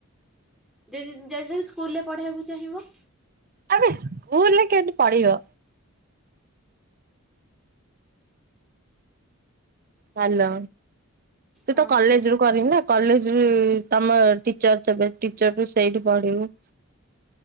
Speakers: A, in the centre; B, on the right.
A: ଯଦି ଯଦି ତମେ ସ୍କୁଲ ରେ ପଢେଇବାକୁ ଚାହିଁବ?
B: ଆବେ ସ୍କୁଲରେ କେମିତି ପଢିବ? ହ୍ୟାଲୋ। ତୁ
A: ହଁ
B: ତ କଲେଜ
A: ହ୍ୟାଲୋ।
B: ରୁ କରିବୁ ନା? କଲେଜ ର ତମ ଟିଚର ଥିବେ ଟିଚର ରୁ ସେଇଠି ପଢିବୁ।